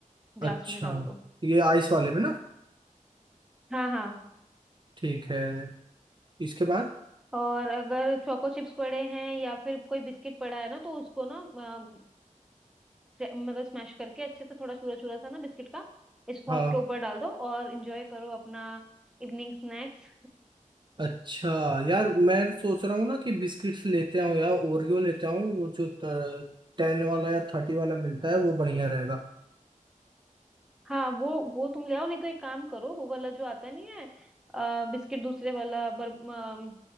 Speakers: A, in the centre; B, on the right.
A: ग्लास
B: अच्छा
A: में डाल दो
B: ये आइस वाले में ना
A: हाँ हाँ
B: ठीक है इसके बाद
A: और अगर चोको चिप्स पड़े हैं या फिर कोई बिस्किट पड़ा है ना तो उसको ना अ, प्रे- मतलब स्मैश करके अच्छे से थोड़ा चूरा चूरा सा ना बिस्किट का इस फॉग
B: हाँ
A: के ऊपर डाल दो और एंजॉय करो अपना इवनिंग स्नैक्स
B: अच्छा यार मैं सोच रहा हूँ ना कि बिस्किट्स लेते आऊँ यार ओरियो लेते आऊँ वो जो टेन वाला या थर्टी वाला मिलता है वो बढ़िया रहेगा
A: हाँ वो वो तुम ले आओ नहीं तो एक काम करो वो वाला जो आता नहीं है अ, बिस्किट दूसरे वाला बर, अम,